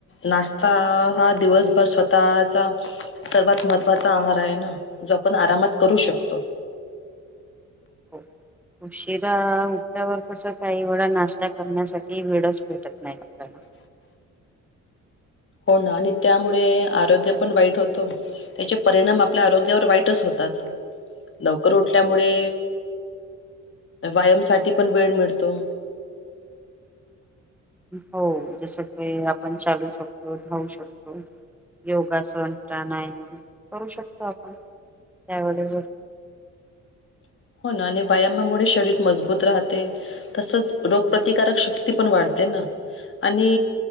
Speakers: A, on the left; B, in the centre.
A: नाश्ता हा दिवसभर स्वतःचा सर्वात महत्त्वाचा आहार आहे ना? जो पण आरामात करू शकतो.
B: हो, उशिरा उठल्यावर तसं काही वेळा नाश्ता करण्यासाठी वेळच भेटत नाय आपल्याला.
A: <unintelligible> हो ना आणि त्यामुळे आरोग्य पण वाईट होतो त्याचे परिणाम आपल्या आरोग्यावर वाईटच होत <unintelligible> लवकर उठल्यामुळे व्यायाम साठी पण वेळ मिळतो.
B: हो जसं काही आपण चालू शकतो. धावू शकतो. योगासन, प्राणायाम करू शकतो आपण त्यावेळेवर
A: <unintelligible> हो ना आणि व्यायामामुळे शरीर मजबूत राहते तसेच रोगप्रतिकारक शक्ती पण वाढते ना. आणि